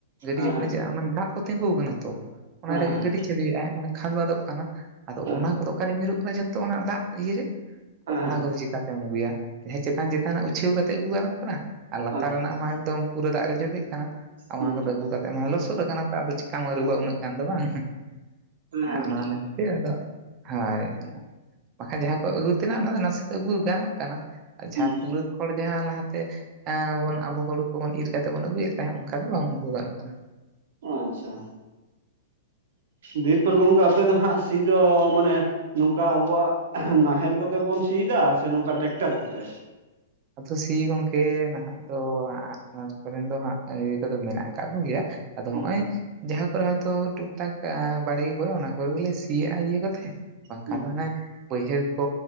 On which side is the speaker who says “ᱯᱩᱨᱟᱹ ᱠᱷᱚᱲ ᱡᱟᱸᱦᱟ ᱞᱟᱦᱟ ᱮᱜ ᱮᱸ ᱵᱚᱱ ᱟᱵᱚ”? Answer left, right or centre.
Right